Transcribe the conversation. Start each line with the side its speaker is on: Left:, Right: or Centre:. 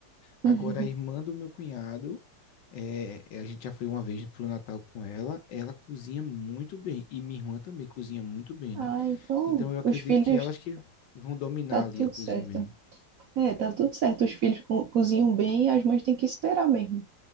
Left: Agora,
Right: <laughs>
Left: a irmã do meu cunhado, é, é, a gente já foi uma vez pro Natal com ela, ela cozinha muito bem. E minha irmã também cozinha muito bem,
Right: Ah,
Left: né?
Right: então
Left: Então, eu acredito
Right: os filhos
Left: que elas que vão dominar
Right: tá tudo
Left: ali a cozinha
Right: certo.
Left: mesmo.
Right: É, tá tudo certo. Os filhos co- cozinham bem, as mães têm que esperar mesmo.